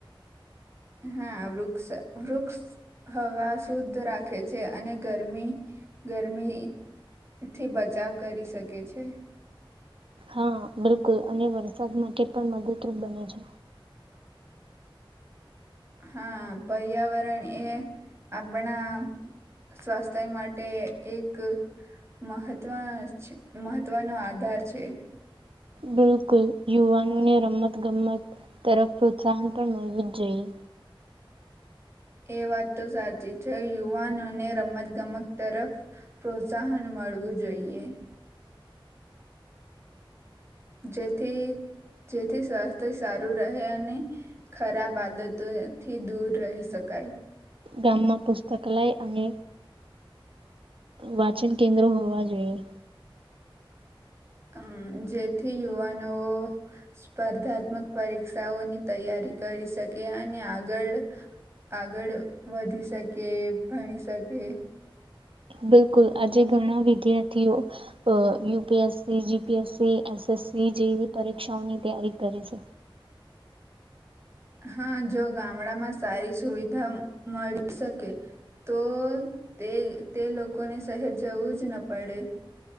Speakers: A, on the right; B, on the right.
A: હા વૃક્ષ વૃક્ષ હવા શુદ્ધ રાખે છે અને ગરમી ગરમી થી બચાવ કરી શકે છે.
B: હા બિલકુલ અને વરસાદ માટે પણ મદદરૂપ બને છે.
A: હા પર્યાવરણ એ આપણા સ્વાસ્થ્ય માટે એક મહત્વ મહત્વનો આધાર છે.
B: બિલકુલ યુવાનોને રમતગમત તરફ પ્રોત્સાહન પણ મળવું જ જોઈએ.
A: એ વાત તો સાચી છે. યુવાનોને રમતગમત તરફ પ્રોત્સાહન મળવું જોઈએ. જેથી જેથી સ્વાસ્થ્ય સારું રહે અને ખરાબ આદતોથી દૂર રહી શકાય.
B: ગામમાં પુસ્તકાલય અને વાચન કેન્દ્રો હોવા જોઈએ.
A: અમ જેથી યુવાનો સ્પર્ધાત્મક પરીક્ષાઓની તૈયારી કરી શકે અને આગળ આગળ વધી શકે, ભણી શકે.
B: બિલકુલ આજે ઘણા વિદ્યાર્થીઓ અ U P S C, G P S C S S C જેવી પરીક્ષાઓની તૈયારી કરી છે.
A: હા જો ગામડામાં સારી સુવિધા મળી શકે તો તે તે લોકોને શહેર જવું જ ન પડે.